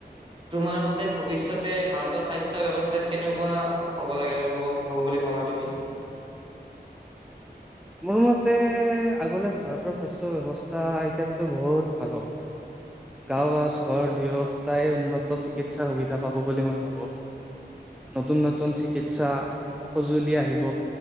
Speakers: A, on the right; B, in the centre.
A: তোমাৰ মতে? ভৱিষ্যতে ভাৰতৰ স্বাস্থ্য ব্যৱস্থাত কেনেকুৱা হ'ব লাগে বুলি হ হ'ব বুলি ভাবা তুমি? <inaudible>
B: মোৰ মতে আগলৈ ভাৰতৰ স্বাস্থ্য ব্যৱস্থা এতিয়াতকৈ বহুত ভাল হ'ব।
A: হয়।
B: গাঁও বা চহৰৰ দুয়োটাই উন্নত চিকিৎসা সুবিধা পাব বুলি মই ভাবোঁ। নতুন নতুন চিকিৎসা সঁজুলি আহিব